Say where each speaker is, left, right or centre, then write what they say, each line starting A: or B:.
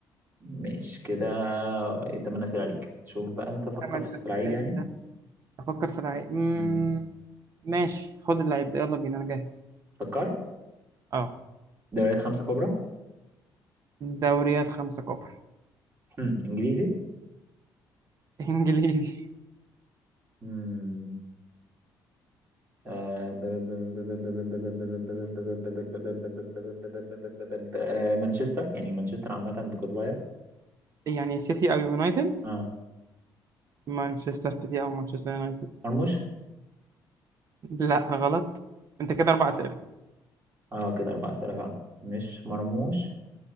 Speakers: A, on the right; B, on the right.
A: ماشي كده تمن أسئلة عليك شوف بقى أنت فكر
B: ثمان
A: في
B: أسئلة
A: في لعيب يعني
B: أفكر في لعيب مم،
A: مم.
B: ماشي خد اللعيب ده يلا بينا أنا جاهز
A: فكرت
B: أه
A: دوريات خمسة كبرى
B: دوريات خمسة كبرى
A: مم. إنجليزي
B: <laughs> إنجليزي
A: مم. آه، ب- ب- ب- ب- ب- ب- ب- ب- ب- ب- آه، مانشستر يعني مانشستر عامة بقدوايا
B: يعني سيتي أو يونايتد
A: اه
B: مانشستر سيتي أو مانشستر يونايتد
A: مرموش
B: لا غلط أنت كده أربع أسئلة
A: اه كده أربع أسئلة فعلا مش مرموش